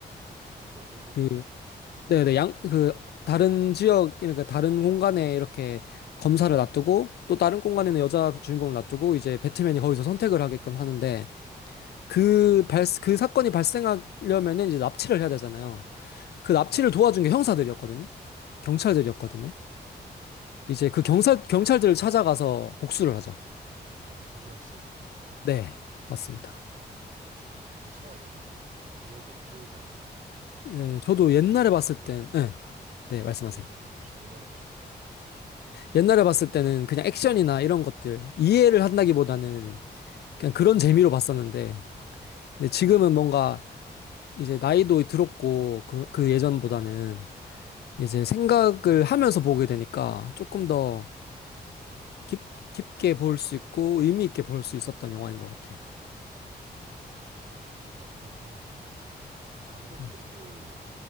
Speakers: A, on the right (about 50°); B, on the left (about 65°).
A: 네, 그 부분은
B: 그
A: 기억나요, 다시.
B: 네네, 양, 그, 다른 지역, 그러니까 다른 공간에 이렇게 검사를 놔두고 또 다른 공간에는 여자 주인공을 놔두고 이제 배트맨이 거기서 선택을 하게끔 하는데 그 발, 그 사건이 발생하려면은 이제 납치를 해야 되잖아요. 그 납치를 도와준 게 형사들이었거든요. 경찰들이었거든요. 이제 그 경찰, 경찰들을 찾아가서 복수를 하죠.
A: 아, 한 명씩.
B: 네,
A: 아,
B: 맞습니다.
A: 다시 봐야겠네요. 저 기억이, 기억이 잘 안 나요.
B: 예, 저도
A: 오히려
B: 옛날에
A: 그,
B: 봤을
A: 네.
B: 땐, 예, 네, 말씀하세요.
A: 옛- 옛날에 보셨, 옛날에 보셨을 때
B: 옛날에 봤을 때는 그냥 액션이나 이런 것들 이해를 한다기보다는 그냥 그런 재미로 봤었는데, 근데 지금은 뭔가 이제 나이도 들었고, 그, 그 예전보다는 이제 생각을 하면서 보게 되니까 조금 더 깊, 깊게 볼 수 있고 의미 있게 볼 수 있었던 영화인 것 같아요.
A: 진짜 다크나이트 한 번 더 봐야겠네요. 감독도
B: 음.
A: 그